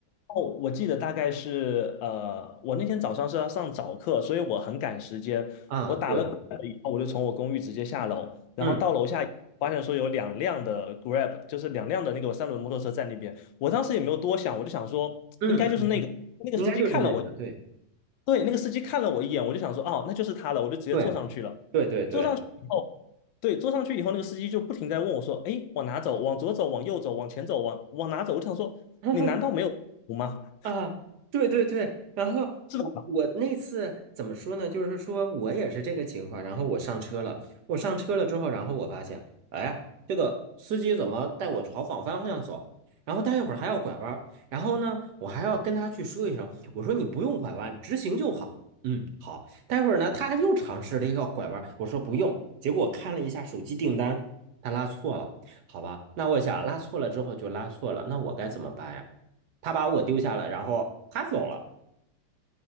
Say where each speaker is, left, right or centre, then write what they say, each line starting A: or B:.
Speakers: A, on the left; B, on the right.
A: 哦，我记得大概是呃，我那天早上是要上早课，所以我很赶时间。
B: 啊，
A: 我打了
B: 对，
A: Grab 以后，我就从我公寓直接下楼，然后到楼下以后发现说有两辆的
B: 嗯
A: Grab，就是两辆的那个三轮摩托车在那边。我当时也没有多想，我就想说应该就是那个那个司机看了我，
B: 嗯嗯，应该就是那个，对
A: 对，那个司机看了我一眼，我就想说哦，那就是他了，我就直接坐上去了。
B: 对对对对，
A: 坐上去以后，对，坐上去以后，那个司机就不停在问我说：“哎，往哪走？往左走？往右走？往前走？往往哪走？”我就想说，
B: <laughs>
A: 你难道没有图吗？
B: 啊，对对对，然后我我那次怎么说呢？
A: <laughs> 是吧？
B: 就是说我也是这个情况，然后我上车了，我上车了之后，然后我发现，哎呀，这个司机怎么带我朝反方向走？然后待一会儿还要拐弯儿然后呢，我还要跟他去说一声，我说你不用拐弯，直行就好。嗯，好。待会儿呢，他又尝试了一个拐弯儿我说不用，结果我看了一下手机订单，他拉错了，好吧？那我想拉错了之后就拉错了，那我该怎么办呀？他把我丢下了，然后他走了。